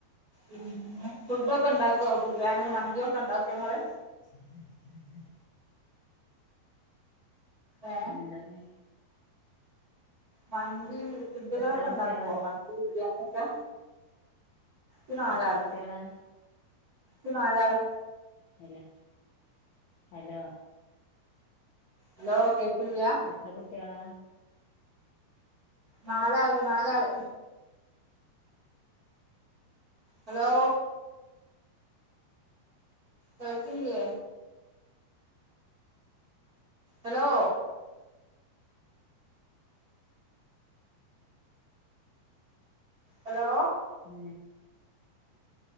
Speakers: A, on the right (about 30°); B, on the left (about 75°).
A: ഉ ഫുഡ ഒക്കെ ഇണ്ടാക്കുവോ ബിരിയാണി വണ്ടിയ ഒക്കെ ഉണ്ടാക്കോ നിങ്ങള്
B: ബ ഇ
A: ഏ
B: പിന്നെ എന്തൊക്കെ
A: മണ്ടി ഫുഡുകളൊക്കെ
B: എത്ര
A: ഉണ്ടാക്കുവ
B: കുട്ടികളാ
A: മണ്ടി ബിരിയാണിൊക്കെ ഈ നാലാള്
B: എത്ര കുട്ടികളാ
A: ഈ നാലാള്
B: ഹലോ ഹലോ
A: ഹലോ കേൾക്കുന്നില്യാ
B: എത്ര കുട്ടികളാ
A: മാല ആള് മാലാള് ഹലോ കഴത്തിേ ഹലോ ഹലോ
B: പിന്നെ